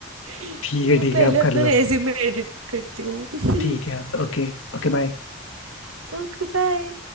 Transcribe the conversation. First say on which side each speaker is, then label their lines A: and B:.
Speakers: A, on the right; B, on the left.
A: <laughs>
B: ठीक है
A: मैं
B: ठीक
A: पहले
B: है आप
A: अपना
B: कर लो
A: रेज्यूमे एडिट करती हूँ <laughs>
B: ठीक है ओके Okay bye
A: Okay bye